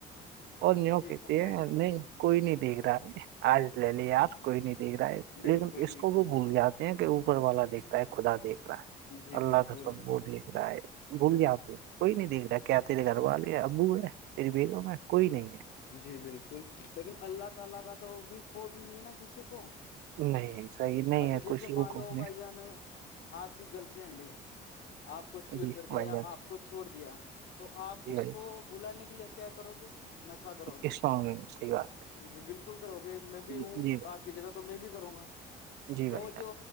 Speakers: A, on the right; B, on the left.
A: اور نیو
B: جی
A: کہتے
B: فرمائیے
A: ہیں نہیں کوئی نہیں دیکھ رہا ہے آج لے لے آپ کوئی نہیں دیکھ رہا ہے
B: بالکل
A: لیکن اس کو وہ بھول جاتے ہیں کہ اوپر والا دیکھتا ہے خدا دیکھ رہا ہے
B: جی
A: اللہ
B: بالکل
A: کا سب وہ دیکھ رہا ہے بھول جاتے ہیں کوئی نہیں دیکھ رہا کیا تیرے گھر والے ہیں ابو ہے تیری بیگم ہے کوئی نہیں ہے
B: جی بالکل لیکن اللہ تعالی کا تو بھی کھو بھی نہیں ہے نا کسی کو
A: ہے نہیں صحیح نہیں
B: ابھی
A: ہے
B: جیسے
A: کسی
B: مان
A: کو
B: لو
A: کو
B: بھائی
A: نے
B: جان آپ کی گرل فرینڈ ہے آپ کو چیٹ
A: جی
B: کر دیا
A: بھائی
B: یا
A: جان
B: آپ کو چھوڑ دیا تو آپ
A: جی
B: اس
A: بھائی
B: کو <unintelligible> بلانے کے لیے کیا کرو گے نفہ کرو گے
A: اسلام صحیح بات ہے
B: جی بالکل کرو گے میں بھی ہوں
A: جی جی بھائی
B: آپ کی جگہ تو میں بھی کروں گا
A: جی
B: تو
A: بھائی
B: وہ
A: جان
B: جو